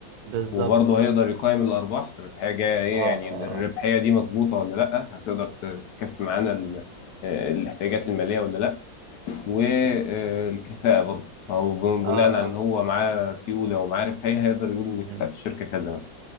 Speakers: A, on the right (about 80°); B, on the left (about 70°).
A: بالظبط
B: وبرضه هيقدر يقيم الأرباح الربحية جاية ايه
A: اه
B: يعني
A: اه,
B: الربحية دي مظبوطة ولا لا هتقدر ت- تكفي معانا ال- آه، الاحتياجات المالية ولا لا والكفاءة
A: آه.
B: برضه هو ب-
A: اه
B: بناء على
A: اه
B: إن هو معاه سيولة ومعاه ربحية هيقدر يقول إن كفاءة
A: مم.
B: الشركة كذا مثلا